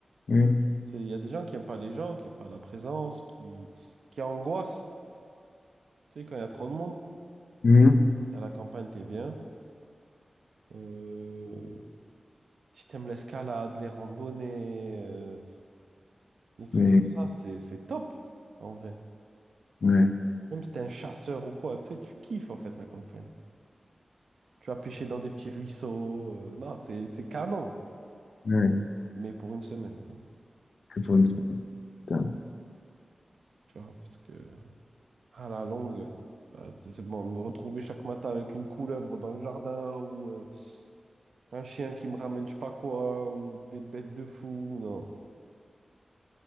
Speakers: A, on the left; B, on the right.
A: mm,
B: C'est, il y a des gens qui aiment pas les gens, qui aiment pas la présence, qui, qui angoissent. Tu sais, quand il y a trop de monde,
A: mm, mm.
B: à la campagne, t'es bien. Euh, si t'aimes l'escalade, les randonnées, euh, les trucs
A: Mais,
B: comme ça, c'est, c'est top, en vrai.
A: ouais,
B: Même si t'es un chasseur ou quoi, tu sais, tu kiffes, en fait, la campagne. Tu vas pêcher dans des petits ruisseaux. euh, non, c'est, c'est canon,
A: ouais.
B: mais pour une semaine, quoi.
A: Que pour une- seconde. Putain.
B: Tu vois, parce que à la longue, euh, c'est c'est bon, me retrouver chaque matin avec une couleuvre dans le jardin ou euh, un chien qui me ramène je sais pas quoi ou des bêtes de fou, non.